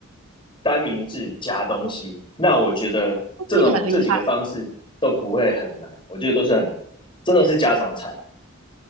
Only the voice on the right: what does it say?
那这也很厉害。